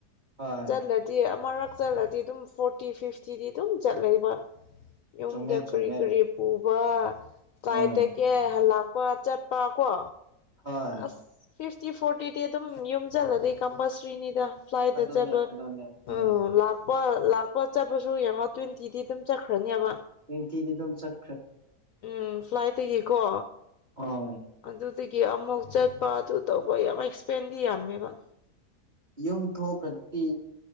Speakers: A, on the right; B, on the left.
A: ꯍꯣꯏ
B: ꯆꯠꯂꯗꯤ ꯑꯃꯨꯔꯛ ꯆꯠꯂꯗꯤ ꯑꯗꯨꯝ ꯐꯣꯔꯇꯤ ꯐꯤꯐꯇꯤꯗꯤ ꯑꯗꯨꯝ ꯆꯠꯂꯦꯕ ꯌꯨꯝꯗ
A: ꯆꯨꯝꯃꯦ ꯆꯨꯝꯃꯦ
B: ꯀꯔꯤ ꯀꯔꯤ ꯄꯨꯕ ꯁꯥꯏꯠꯇ
A: ꯎꯝ
B: ꯀꯦ ꯍꯂꯄ ꯀ꯭ꯋꯥ ꯆꯠꯄ ꯀꯣ
A: ꯍꯣꯏ
B: ꯑꯁ ꯐꯤꯐꯇꯤ ꯐꯣꯔꯇꯤꯗꯤ ꯑꯗꯨꯝ ꯌꯣꯝꯁꯤꯜꯂꯗꯤ ꯀꯝꯄꯜꯁ꯭ꯔꯤꯅꯤꯗ ꯐ꯭ꯂꯥꯏꯠꯆꯦ
A: ꯑꯗꯨꯅꯦ
B: ꯎꯝ ꯂꯥꯛ
A: ꯑꯗꯨꯅꯦ ꯎꯝ
B: ꯂꯄ ꯂꯥꯛꯄ ꯆꯠꯄꯁꯨ ꯌꯦꯡꯉꯣ ꯇꯨꯤꯟꯇꯤꯗꯤ ꯑꯗꯨꯝ ꯆꯠꯈ꯭ꯔꯅꯤꯕ
A: ꯇ꯭ꯋꯦꯟꯇꯤꯗꯤ ꯑꯗꯨꯝ ꯆꯠ
B: ꯎꯝ ꯐ꯭ꯂꯥꯏꯠꯇꯒꯤꯀꯣ
A: ꯍꯣꯏ
B: ꯑꯗꯨ ꯑꯗꯨꯒꯤ ꯑꯃꯨꯛ ꯆꯠꯄ ꯑꯗꯨ ꯇꯧꯕ ꯌꯥꯝ ꯑꯦꯛꯁꯄꯦꯟꯗꯤ ꯌꯥꯝꯃꯦꯕ
A: ꯌꯨꯝ ꯊꯣꯛꯈ꯭ꯔꯗꯤ